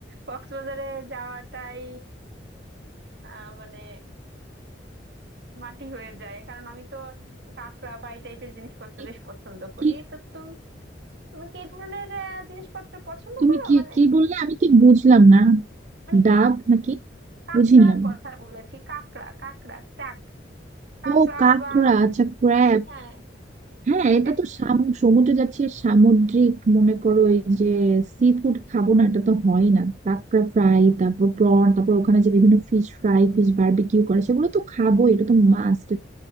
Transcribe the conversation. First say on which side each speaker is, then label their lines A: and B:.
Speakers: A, on the right; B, on the right.
A: কক্সবাজারে যাওয়াটাই আহ মানে মাটি হয়ে যায় কারণ আমি তো কাঁকড়া বা এই টাইপের জিনিসপত্র
B: কি
A: বেশ পছন্দ করি
B: কি
A: তো তুমি তুমি কি এই ধরনের আহ, জিনিসপত্র পছন্দ
B: তুমি
A: করো
B: কি
A: মানে
B: কি বললে আমি ঠিক বুঝলাম না
A: মানে
B: ডাব
A: কাক
B: নাকি
A: কাঁকড়ার
B: বুঝিনি আমি
A: কথা বলেছি কাঁকড়া কাঁকড়া ট্যাক কাঁকড়া
B: ও কাঁকড়া
A: বা
B: আচ্ছা ক্র্যাব
A: হ্যাঁ
B: হ্যাঁ
A: হ্যাঁ
B: এটা তো সাম- সমুদ্রে যাচ্ছি আর সামুদ্রিক মনে করো এই যে সি ফুড খাবো না এটা তো হয় না কাঁকড়া ফ্রাই তারপর প্রন তারপর ওখানে যে বিভিন্ন ফিশ ফ্রাই ফিশ বারবিকিউ করে সেগুলো তো খাবো এটা তো মাস্ট